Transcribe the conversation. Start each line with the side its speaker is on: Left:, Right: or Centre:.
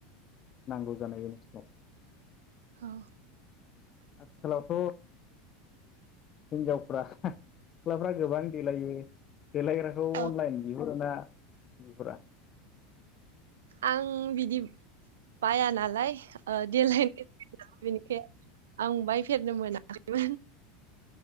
Left: नांगौ जानाय <unintelligible>
Right: औ
Left: आथिखालावथ हिनजावफ्रा सिख्लाफ्रा गोबां देलायो देलायग्राखौ
Right: औ
Left: अनलाइन बियो <unintelligible>
Right: आं बिदि बायानालाय ओ देलायनो बेनिखाय आं बाय फेरनो मोनाखैमोन